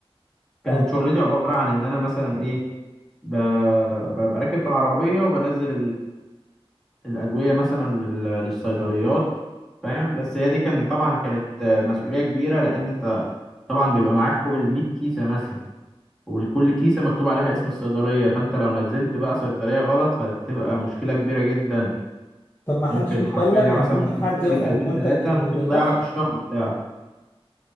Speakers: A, in the centre; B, on the left.
A: كانت
B: اه
A: شغلتي عباره عن ان انا مثلا ايه ب- ببقى راكب في العربيه وبنزل الأدوية مثلا لل- للصيدليات فاهم بس هي دي كان طبعا كانت آه، مسؤولية كبيرة لأن أنت طبعا بيبقى معاك فوق المية كيسة مثلا وكل كيسة مكتوب عليها اسم الصيدلية فأنت لو نزلت بقى صيدلية غلط فتبقى مشكلة كبيرة جدا
B: طب ما حدش
A: ممكن
B: بيبلغ
A: حرفيا يعني
B: يعني
A: مثلا
B: ممكن
A: ممكن
B: حد
A: الكيسة
B: ياخد
A: دي بألفين
B: المنتج
A: تلاتة
B: وما
A: ممكن
B: يبلغش
A: تضيع لك الشهر بتاعك